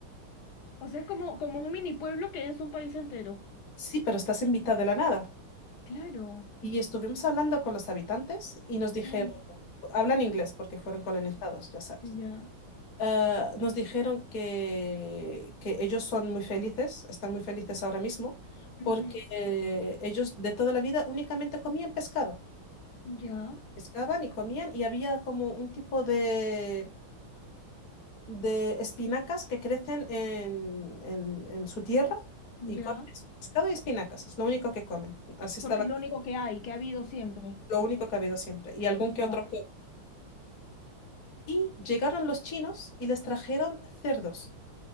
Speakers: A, on the left (about 65°); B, on the left (about 50°).
A: O sea, es como, como un mini pueblo que es un país entero.
B: Sí, pero estás en mitad de la nada.
A: Claro.
B: Y estuvimos hablando con los habitantes y nos dijeron,
A: Mm,
B: hablan inglés porque fueron colonizados, ya sabes.
A: ya.
B: Ah, nos dijeron que, que ellos son muy felices, están muy felices ahora mismo, porque
A: Ujú.
B: eh, ellos de toda la vida únicamente comían pescado.
A: Ya.
B: Pescaban y comían y había como un tipo de, de espinacas que crecen en, en- en su tierra y
A: Ya.
B: comen eso, pescado y espinacas, es lo único que comen. Así estaba,
A: Porque es lo único que hay, que ha habido siempre.
B: lo único que ha habido siempre. Y algún
A: Ya.
B: que otro Y llegaron los chinos y les trajeron cerdos.